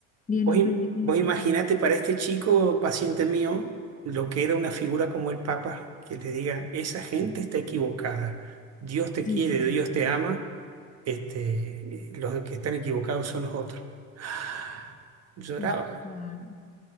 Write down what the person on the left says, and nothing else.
bien
horrible
con
los
pacientes.
Sí,
sí, sí.
Uf, claro. O